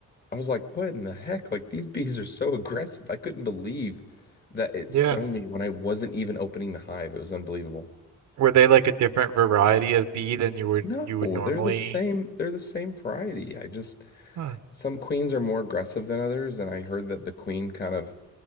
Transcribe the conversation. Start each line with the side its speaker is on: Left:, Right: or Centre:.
Left: I was like, what in the heck? Like these bees are so aggressive. I couldn't believe that it
Right: Yeah.
Left: stung me when I wasn't even opening the hive. It was unbelievable.
Right: Were they like a different variety of bee than you would
Left: No,
Right: you would normally?
Left: they're the same. They're the same variety. I just
Right: Oh,
Left: some queens are more aggressive than others, and I heard that the queen kind of